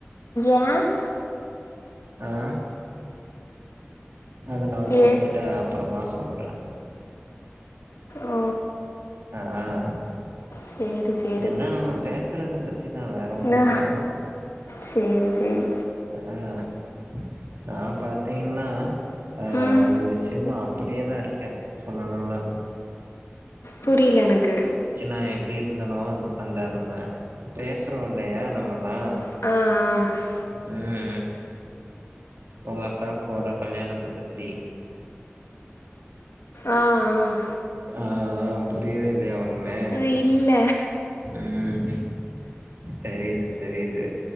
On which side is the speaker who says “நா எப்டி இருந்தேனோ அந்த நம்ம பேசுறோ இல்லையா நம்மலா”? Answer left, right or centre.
Right